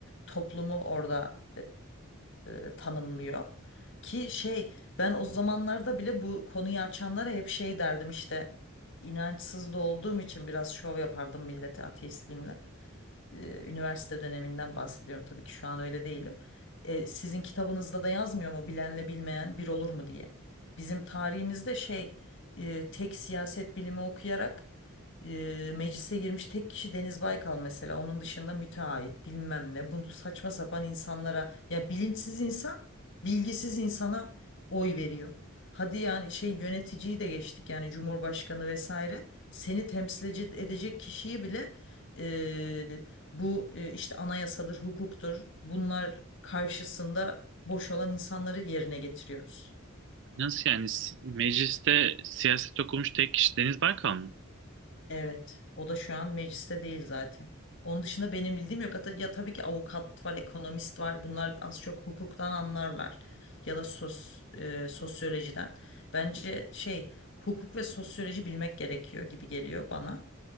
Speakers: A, on the left; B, on the right.
A: toplumu orada e, tanımlıyor. Ki şey ben o zamanlarda bile bu konuyu açanlara hep şey derdim işte inançsız da olduğum için biraz şov yapardım millete ateistliğimle e, üniversite döneminden bahsediyorum tabii ki şu an öyle değilim. E, sizin kitabınızda da yazmıyor mu bilenle bilmeyen bir olur mu diye. Bizim tarihimizde şey e, tek siyaset bilimi okuyarak e, meclise girmiş tek kişi Deniz Baykal mesela. Onun dışında müteahhit bilmem ne. Bunu saçma sapan insanlara ya bilinçsiz insan bilgisiz insana oy veriyor. Hadi yani şey yöneticiyi de geçtik yani Cumhurbaşkanı vesaire. Seni temsil ece- edecek kişiyi bile e, bu e, işte anayasadır, hukuktur. Bunlar karşısında boş olan insanları yerine getiriyoruz.
B: Nasıl yani Si- mecliste siyaset okumuş tek kişi Deniz Baykal mı?
A: Evet, o da şu an mecliste değil zaten. Onun dışında benim bildiğim yok. Hatta ya tabii ki avukat var, ekonomist var. Bunlar az çok hukuktan anlarlar ya da sos, e, sosyolojiden. Bence şey hukuk ve sosyoloji bilmek gerekiyor gibi geliyor bana.